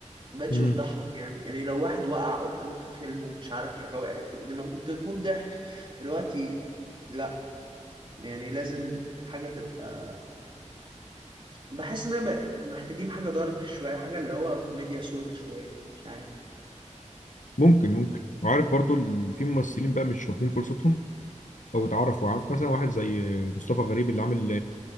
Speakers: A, on the right (about 40°); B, on the left (about 80°).
A: ما بقتش
B: امم
A: بتضحك يعني يعني لو واحد وقع قدامك في فيلم ومش عارف حاجة وقعت فوق دماغك كنت تموت ضحك دلوقتي لا يعني لازم حاجة تبقى بحس ان هي بق- محتاجين حاجة دارك شوية حاجة اللي هو كوميديا سودا شوية مش عارف
B: ممكن ممكن وعارف برضو ال- في ممثلين بقى مش واخدين فرصتهم او اتعرفوا عارف مثلا واحد زي مصطفى غريب اللي عامل